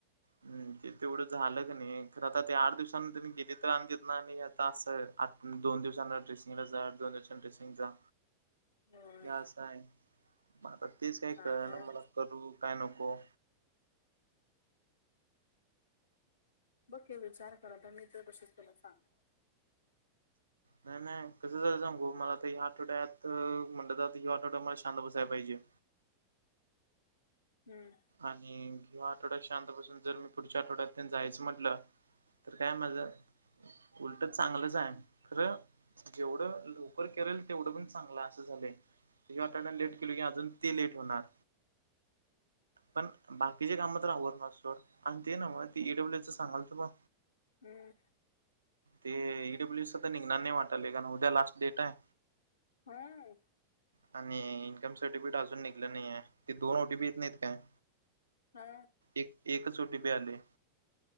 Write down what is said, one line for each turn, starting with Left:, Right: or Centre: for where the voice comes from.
Right: हम् ते तेवढं झालं क नाही खरं आता ते आठ दिवसांनी त्यां गेली तर आणेत ना आता असं आ दोन दिवसांना ड्रेसिंगला जा दोन दिवसां ड्रेसिंग जा.
Left: होय
Right: हे आसाय. आता तेच काही
Left: चालेल
Right: कळ ना मला करू काय नको.
Left: बघे विचार करा तर मी तर कशीच तुला सांगा.
Right: नाही नाही कसं जायचांगू मला तर ह आठवड्यात म्हटलं तर ह आठवड्या मला शांत बसायला पाहिजे.
Left: हम्म
Right: आणि ह्या आठवड्यात शांतपासून जर मी पुढच्या आठवड्यात जायचं म्हटलं. तर काय माझ उलट चांगलंच आहे खरं जेवढं लवकर करेल तेवढं पण चांगलं असं झालंय. तट लेट केलली की अजून ते लेट होणार. पण बाकीचे काम तर आव न असतो आणि ते ना म त ई डब्ल्यू च सांगाल तर ब
Left: हम्म
Right: ते ई डब्ल्यू स तर निघनार नाही वाटायल कारण उद्या लास्ट डेट आहे.
Left: हम्म
Right: आणि इन्कम सर्टिफिकेट अजून निघलं नाही आहे ते दोन ओ टी पी येत नाहीत काय.
Left: हा
Right: एक एक च ओ टी पी आलय.